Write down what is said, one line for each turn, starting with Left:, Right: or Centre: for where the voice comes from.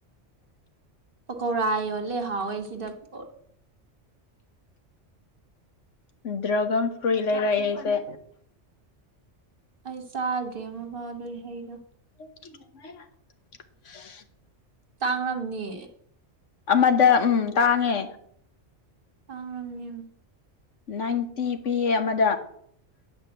Right: ꯄꯀꯧꯔꯥ ꯌꯣꯜꯂꯦ ꯍꯥꯎꯋꯦ ꯁꯤꯗ ꯄꯀꯥ
Left: ꯗ꯭ꯔꯒꯟ ꯐ꯭ꯂꯨꯏ ꯂꯩꯔꯁꯦ
Right: ꯑꯩ ꯆꯥꯗꯦ ꯑꯃ ꯐꯥꯎ ꯂꯣꯏ ꯍꯩꯗꯣ
Left: <unintelligible>
Right: ꯇꯥꯡꯂꯝꯅꯤ
Left: ꯑꯃꯗ ꯎꯝ ꯇꯥꯡꯉꯦ
Right: ꯇꯥꯡꯅꯤ
Left: ꯅꯥꯏꯟꯇꯤ ꯄꯤ ꯑꯦ ꯑꯃꯗ